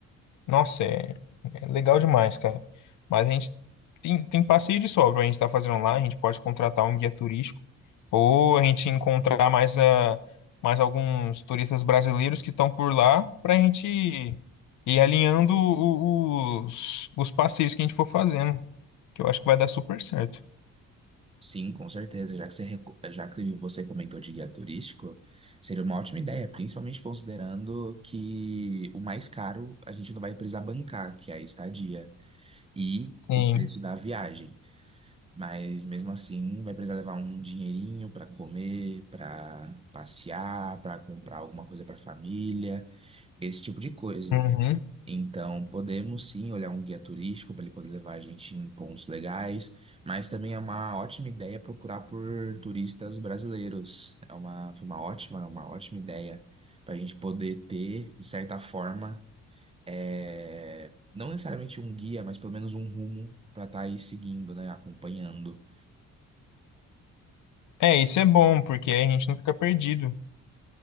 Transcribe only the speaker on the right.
Sim, com certeza. Já que você, reco- já que você comentou de guia turístico, seria uma ótima ideia, principalmente considerando que o mais caro a gente não vai precisar bancar, que é a estadia, e
o preço da viagem. Mas mesmo assim, vai precisar levar um dinheirinho para comer, para passear, para comprar alguma coisa para família, esse tipo de coisa.
Então, podemos sim olhar um guia turístico para ele poder levar a gente em pontos legais, mas também é uma ótima ideia procurar por turistas brasileiros. É uma, foi uma ótima, uma ótima ideia para a gente poder ter, de certa forma, é, não necessariamente um guia, mas pelo menos um rumo para estar aí seguindo, né, acompanhando.